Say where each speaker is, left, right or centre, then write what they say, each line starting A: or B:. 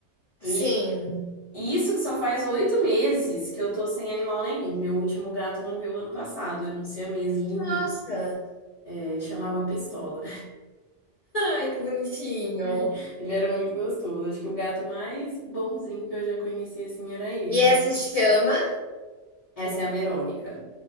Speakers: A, on the left; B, on the left.
A: sim.
B: E, e isso que só faz oito meses que eu tô sem animal nenhum. Meu último gato morreu ano passado. Era um siamês lindo.
A: Nossa,
B: É, Ele chamava Pistola.
A: ai, que bonitinho.
B: <laughs> Ele era muito gostoso. Acho que o gato mais bonzinho que eu já conheci assim era ele.
A: E essa chama
B: Essa é a Verônica.